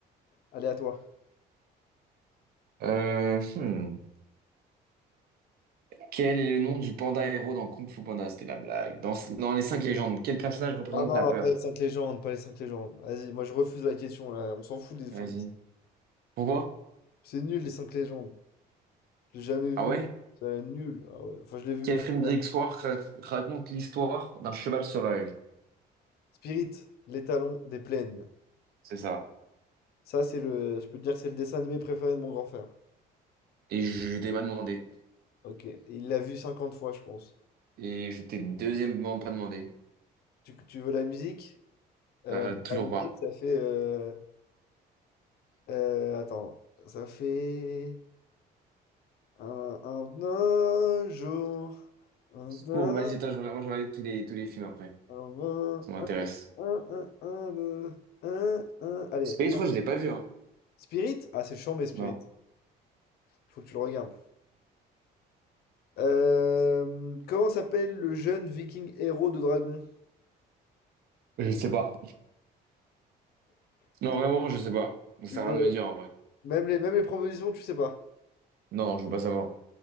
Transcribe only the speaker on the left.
Allez, à toi.
Ah non,
pas les cinq légendes, pas les cinq légendes. Vas-y, moi je refuse la question là. On s'en fout des
cinq
C'est nul les cinq légendes. j'ai jamais vu.
C'est nul. Ah ouais. Enfin, je l'ai vu
une fois.
Spirit, l'étalon des plaines.
Ça, c'est le. Je peux te dire que c'est le dessin animé préféré de mon grand frère.
Ok. Et Il l'a vu cinquante fois, je pense.
Tu, tu veux la musique? Euh,
la musique,
ça fait. euh, euh, attends. Ça fait. Un, un, un jour. Un, un
Un,
un, un, un, un, deux, un, un. Allez,
un.
Spirit? Ah, c'est chiant, mais Spirit.
Faut que tu le regardes. Euh, comment s'appelle le jeune viking héros de dragon?
Tu
veux,
tu
veux...
Même les, même les propositions, tu sais pas.